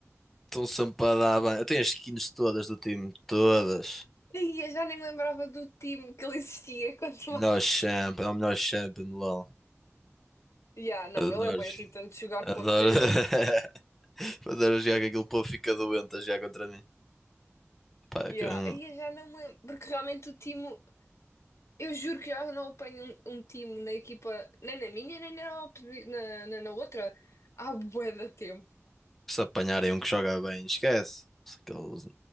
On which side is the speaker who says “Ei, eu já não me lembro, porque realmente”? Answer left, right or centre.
Left